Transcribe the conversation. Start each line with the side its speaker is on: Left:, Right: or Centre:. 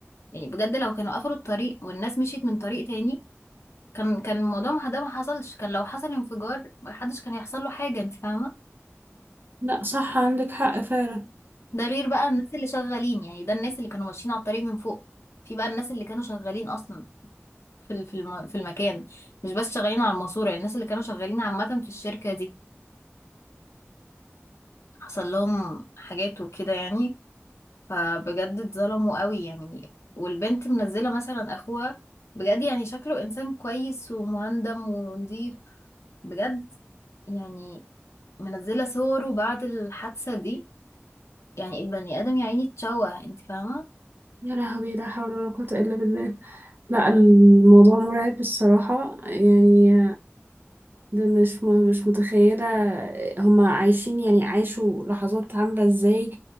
Left: يعني بجد لو كانوا قفلوا الطريق والناس مشيت من طريق تاني كان كان الموضوع ما ده ما حصلش كان لو حصل انفجار ما حدش كان يحصل له حاجة انت فاهمة
Right: لا صح عندك حق فعلا
Left: ده غير بقى الناس اللي شغالين يعني ده الناس اللي كانوا ماشيين على الطريق من فوق في بقى الناس اللي كانوا شغالين اصلا في ال- في الم... في المكان مش بس شغالين على الماسورة الناس اللي كانوا شغالين عامة في الشركة دي حصل لهم حاجات وكده يعني فبجد اتظلموا قوي يعني والبنت منزلة مثلا اخوها بجد يعني شكله انسان كويس ومهندم ونضيف بجد يعني منزلة صوره بعد الحادثة دي يعني البني آدم يا عيني اتشوه انت فاهمة
Right: يا لهوي لا حول ولا قوة إلا بالله لا الموضوع مرعب الصراحة يعني ده مش م- مش متخيلة هما عايشين يعني عاشوا لحظات عاملة ازاي